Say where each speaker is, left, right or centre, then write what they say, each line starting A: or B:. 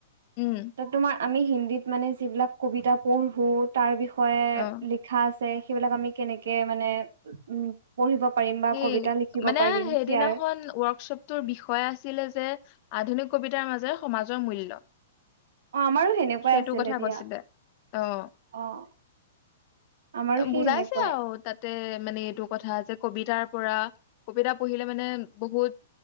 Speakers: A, on the left; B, on the right.
A: উম।
B: ত তোমাৰ আমি হিন্দীত মানে যিবিলাক কবিতা পঢ়ো তাৰ বিষয়ে
A: অ'
B: লিখা আছে, সেইবিলাক আমি কেনেকে মানে উম। পঢ়িব পাৰিম বা
A: ই
B: কবিতা লিখিব
A: মানে
B: পাৰিম
A: সেইদিনাখন
B: সেয়াৰ
A: ৱৰ্কশ্বপ ত বিষয় আছিলে যে আধুনিক কবিতাৰ মাজে সমাজৰ মূল্য।
B: অ আমাৰো সেনেকুৱাই
A: সেইটো
B: আছিলে
A: কথা
B: দিয়া
A: কৈছিলে আহ।
B: অ আমাৰো সেই
A: বুজাইছে
B: সেনেকুৱাই
A: আৰু তাতে মানে এইটো কথা যে কবিতাৰ পৰা কবিতা পঢ়িলে মানে বহুত